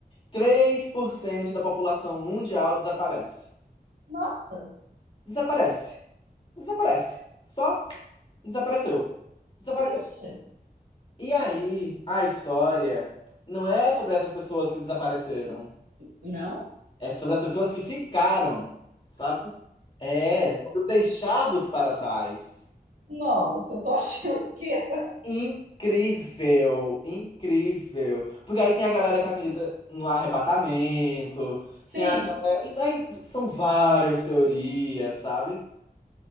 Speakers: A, on the left; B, on the right.
A: 3% da população mundial desaparece.
B: Nossa,
A: Desaparece. Desaparece. Só desapareceu. Desapareceu.
B: vixe.
A: E aí, a história não é sobre essas pessoas que desapareceram,
B: Não?
A: é sobre as pessoas que ficaram. sabe? É, sobre os deixados para trás.
B: Nossa, eu tô achando que é. <laughs>
A: Incrível, incrível. Porque aí tem a galera que acredita no arrebatamento,
B: Sim.
A: tem a galera. Isso aí são várias teorias, sabe?